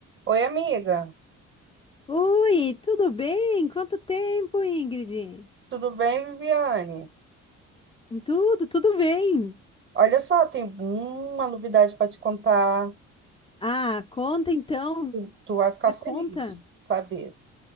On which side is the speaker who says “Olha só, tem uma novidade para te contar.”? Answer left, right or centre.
Right